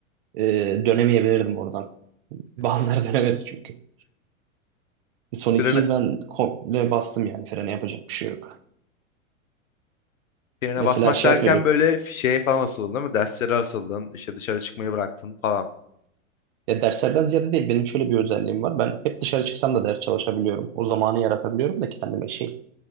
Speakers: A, on the right (about 45°); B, on the left (about 75°).
A: e, dönemeyebilirdim oradan. Bazıları <laughs> dönemedi çünkü. Son iki
B: <laughs> Birine,
A: yıl ben komple bastım yani frene yapacak bir şey yok.
B: birine
A: Mesela
B: basmak
A: şey
B: derken
A: yapıyorduk
B: böyle şeye falan asıldın değil mi? Derslere asıldın, işte dışarı çıkmayı bıraktın falan.
A: Ya derslerden ziyade değil benim şöyle bir özelliğim var. Ben hep dışarı çıksam da ders çalışabiliyorum. O zamanı yaratabiliyorum da kendime şey